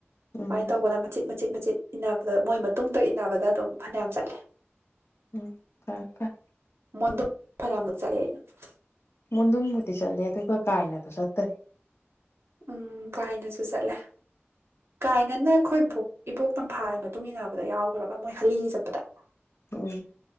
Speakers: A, on the left; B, on the right.
A: ꯎꯝ
B: ꯀꯃꯥꯏꯅ ꯇꯧꯕꯗ ꯃꯆꯤꯠ ꯃꯆ ꯃꯆꯤꯠ ꯆꯆꯤꯠ ꯏꯟꯅꯕꯗ ꯃꯣꯏ ꯃꯇꯨꯡꯗ ꯏꯟꯅꯕꯗ ꯑꯗꯨꯝ ꯐꯅꯌꯥꯝ ꯆꯠꯂꯦ
A: ꯎꯝ ꯄꯔꯦ ꯄꯔꯦ
B: <unintelligible>
A: ꯅꯪꯕꯨꯗꯤ ꯆꯠꯂꯦ ꯑꯗꯨꯒ ꯀꯥꯏꯅꯗ ꯆꯠꯇꯔꯤ
B: ꯎꯝ ꯀꯥꯏꯅꯁꯨ ꯆꯠꯂꯦ ꯀꯥꯏꯅꯅ ꯑꯩꯈꯣꯏ ꯕꯣꯛ ꯏꯕꯣꯛ ꯇꯝꯐꯥꯒꯤ ꯃꯇꯨꯡ ꯏꯟꯅꯕꯗ ꯌꯥꯎꯈ꯭ꯔꯒ ꯃꯣꯏ ꯍꯂꯤꯒꯤ ꯆꯠꯄꯗ
A: ꯎꯝ